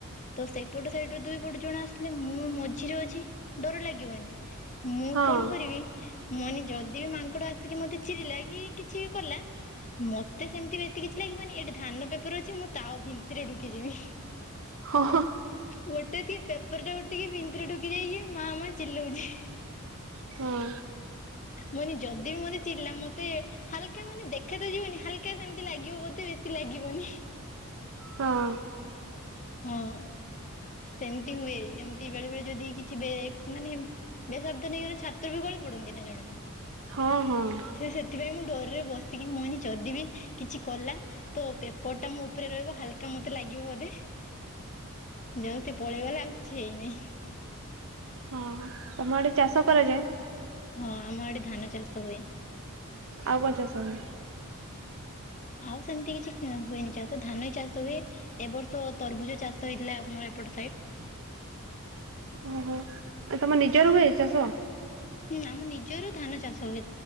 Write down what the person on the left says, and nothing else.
ତ ସେପଟ ସାଇଡ ରୁ ଦୁଇ ପୋଟ ଜଣ ହେଲେ ମୁଁ ମଝିରେ ଅଛି ଡ଼ର ଲାଗିବନି ମୁଁ
କଣ କରିବି। ମନି ଯଦି ବି ମାଙ୍କଡ ଆସିକି ମତେ ଚିରିଲା କି କିଛି ବି କଲା। ମତେ ସେମିତି ବେଶି କିଛି ଲାଗିବନି ଏଠି ଧାନ ପେପର୍ ଅଛି ତା ଭିତରେ ଡୁକି ଯିବି। <unintelligible>
ଗୋଟେ କି ପେପର୍ ଟା ଉଠିକି ପିଧିରେ ଡୁକି ଯାଇକି ମା ମା ଚିଲଉଚି।
ମନି ଯଦି ବି ମତେ ଚିଡ଼ିଲା ମତେ ହାଲକା ମାନେ ଦେଖା ତ ଜୀବନୀ ହାଲକା ସେମତି ଲାଗିବ ବୋଧେ ବେଶି ଲାଗିବନି।
ହଁ। ସେମିତି ହୁଏ ଏମିତି ବେଳେ ବେଳେ ଯଦି କିଛି ବେକ୍ ମାନେ <unintelligible> ଛାତ ରୁ ଗଳି ପଡ଼ନ୍ତି ନା ଜଣେ ଜଣେ।
ସେ ସେଥିପାଇଁ ମୁଁ ଡରେ ବସିକି ମନି ଯଦି ବି କିଛି କଲା। ତ ପେପର୍ ଟା ମୋ ଉପରେ ରହିବ ହାଲକା ମତେ ଲାଗିବ ବୋଧେ। ଯେମିତି ପଲେଇଗଲା ଆଉ କିଛି ହେଇନି।
ହଁ ଆମ ଆଡ଼େ ଧାନ ଚାଷ ହୁଏ।
ଆଉ ସେମିତି କିଛି କିଣା ହୁଏନି ଚାଷ ଧାନ ହିଁ ଚାଷ ହୁଏ। ଏ ବର୍ଷ ତରଭୁଜ ଚାଷ ହେଇଥିଲା ଆମର ଏପଟ ସାଇଟ୍।
ହୁଁ ଆମର ନିଜର ଧାନ ଚାଷ ହୁଏ